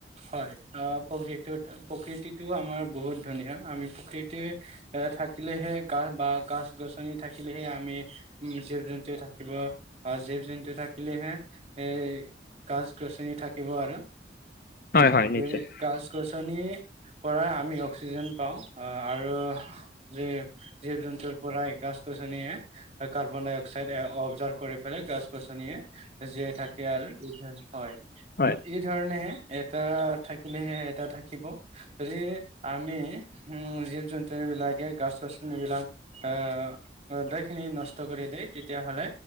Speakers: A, on the right (about 35°); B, on the left (about 55°).
A: হয় অ প্ৰকৃতিত প্ৰকৃতিটো আমাৰ বহুত ধুনীয়া আমি প্ৰকৃতিৰ থাকিলেহে গা বা গছ-গছনি থাকিলেহে আমি জীৱ-জন্তু থাকিব আ জীৱ জন্তু থাকিলেহে এ গছ-গছনি থাকিব আৰু
B: হয় হয় নিশ্চয়
A: যে গছ-গছনিৰ পৰা আমি অক্সিজেন পাওঁ আৰু জী-জীৱ-জন্তুৰ পৰাই গছ-গছনিয়ে কাৰ্বন ডাই অক্সাইড এ অবজাৰ্ভ কৰি পেলাই গছ গছনিয়ে জীয়াই থাকে আৰু এই ধৰ হয়
B: হয়
A: এই ধৰণেহে এটা থাকিলেহে এটা থাকিব, যদি আমি উম জীৱ টো বিলাকে গাছ-গছনী বিলাক আহ ৰদৈ খিনি নষ্ট কৰি দিয় তেতিয়াাহ'লে